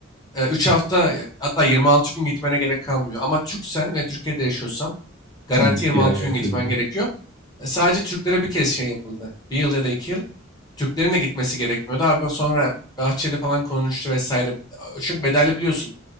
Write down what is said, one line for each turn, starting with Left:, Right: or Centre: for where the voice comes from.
Left: 3 hafta ya- hatta 26 gün gitmene gerek kalmıyor. Ama Türksen ve Türkiye'de yaşıyorsan Garanti
Right: Hı,
Left: 26
Right: bir ay ertele
Left: gün gitmen
Right: gidiyor.
Left: gerekiyor. E, sadece Türklere bir kez şey yapıldı. Bir yıl ya da iki yıl. Türklerin de gitmesi gerekmiyordu. Abi sonra Bahçeli falan konuştu vesaire. Çünkü bedelli biliyorsun.